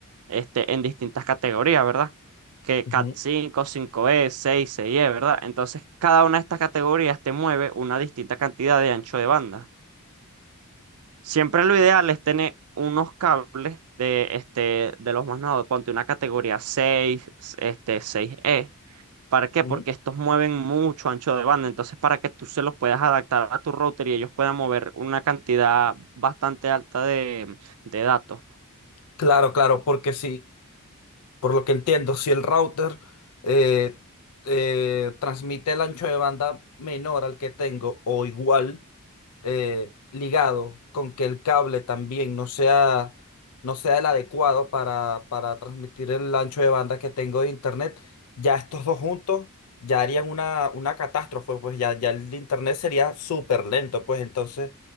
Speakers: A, on the right; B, on the left.
A: este, en distintas categorías, ¿verdad? Que
B: Ujú,
A: Cat cinco cinco e seis seis e ¿verdad? Entonces, cada una de estas categorías te mueve una distinta cantidad de ancho de banda. Siempre lo ideal es tener unos cables de, este, de los más nuevos, ponte una categoría seis este, seis e ¿Para qué?
B: ujú.
A: Porque estos mueven mucho ancho de banda. Entonces, para que tú se los puedas adaptar a tu router y ellos puedan mover una cantidad bastante alta de de datos.
B: Claro, claro, porque sí. Por lo que entiendo, si el router eh, eh, transmite el ancho de banda menor al que tengo o igual, eh, ligado con que el cable también no sea, no sea el adecuado para, para transmitir el ancho de banda que tengo de internet, ya estos dos juntos ya harían una, una catástrofe, pues ya, ya el internet sería súper lento, pues entonces